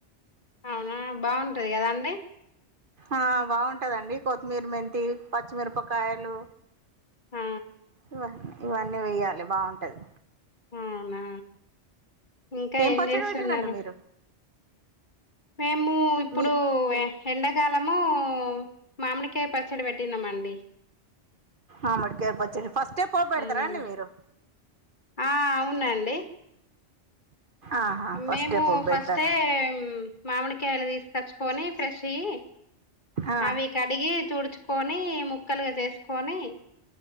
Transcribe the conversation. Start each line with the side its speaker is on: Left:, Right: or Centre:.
Left: అవునా బాగుంటది కదాండి
Right: ఆ బాగుంటదండి కొత్తిమీర మెంతి పచ్చిమిరపకాయలు.
Left: ఆ
Right: ఇవన్ని ఇవన్నీ వేయ్యాలి బాగుంటది
Left: అవునా ఇంకా ఏం
Right: పచ్చడి
Left: చేస్తున్నారు
Right: పెట్టిరండి మీరు
Left: మే ము ఇప్పుడు
Right: మీ
Left: ఎండాకాలము మామిడికాయ పచ్చడి పెట్టినాం అండి. <inaudible>
Right: ఆ మామిడికాయ పచ్చడి ఫస్టే పోపు పెడతారా
Left: ఉమ్
Right: అండి మీరు
Left: ఆ అవునండి
Right: ఆహా ఫస్టే
Left: మేము
Right: పోపు
Left: ఫస్టే
Right: పెడతారు
Left: మామిడికాయలు తీసుకొచ్చుకొని ఫ్రెష్య్యి
Right: ఆ
Left: అవి కడిగి తుడుచుకొని ముక్కలుగా చేసుకొని